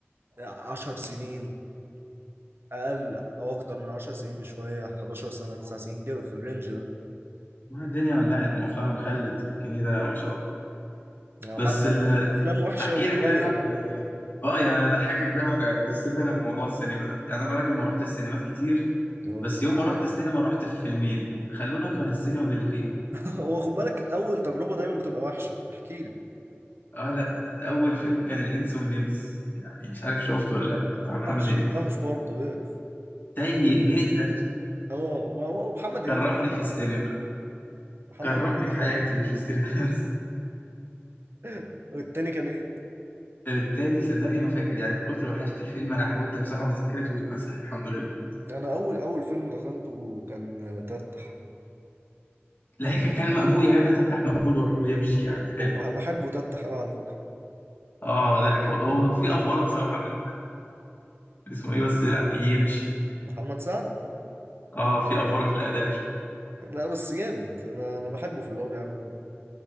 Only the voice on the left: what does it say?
ما الدنيا ولعت مؤخرا خلت الجنيه ده ما شاء الله
بس
ال...
احكي
لك انا بقى
على ال... اه يعني انا اضحكك بقى على قصتي انا في موضوع السينما ده يعني انا راجل ما رحت السينمات كتير
بس يوم ما رحت السينما رحت في فيلمين خلوني اكره السينما باللي فيها
اه لا اول فيلم كان الانس والنمس يعني مش عارف شفته ولا لا بتاع محمد
هنيدي
سيء جدا
كرهني
في السينما
كرهني
في حياتي
مش في السينما بس
والتاني صدقني ما فاكر يعني من كتر وحشت الفيلم انا حاولت امسحه من ذاكرتي ويتمسح الحمد لله
لا هيك كان مقبول يا جدع تفتح مقبول ويروح ويمشي يعني حلو
اه لا ك- هو في افوره بصراحه من من اسمه ايه بس يعني يمشي
اه في افوره في الاداء شويه